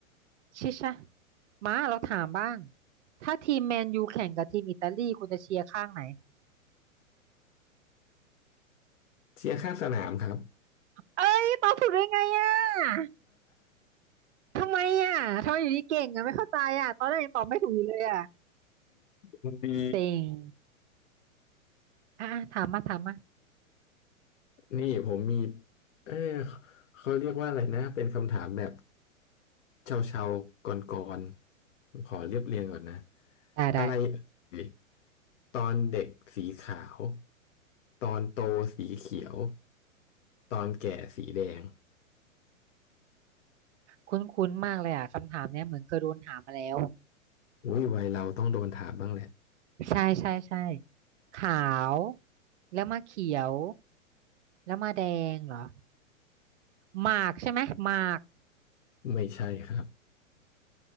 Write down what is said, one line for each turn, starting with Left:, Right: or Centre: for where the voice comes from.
Right: ชิชะมาเราถามบ้างถ้าทีมแมนยูแข่งกับทีมอิตาลีคุณจะเชียร์ข้างไหน
Left: เชียร์ข้างสนามครับ
Right: เอ้ยตอบถูกได้ไงอ่ะทำไมอ่ะทำไมอยู่ดีเก่งอ่ะไม่เข้าใจอ่ะตอนแรกยังตอบไม่ถูกอยู่เลยอ่ะ
Left: <laughs> ดี
Right: เซ็งอ่ะอ่ะถามมาถามมา
Left: นี่ผมมีเออเขาเรียกว่าอะไรนะเป็นคำถามแบบเชาเชาก่อนก่อนๆผมขอเรียบเรียงก่อนนะ
Right: ได้ได้
Left: อะไรเอ่ยตอนเด็กสีขาวตอนโตสีเขียวตอนแก่สีแดง
Right: คุ้นๆมากเลยอ่ะคำถามเนี้ยเหมือนเคยโดนถามมาแล้ว
Left: อุ้ยวัยเราต้องโดนถามบ้างแหละ
Right: ใช่ใช่ใช่ขาวแล้วมาเขียวแล้วมาแดงเหรอหมากใช่ไหมหมาก
Left: ไม่ใช่ครับ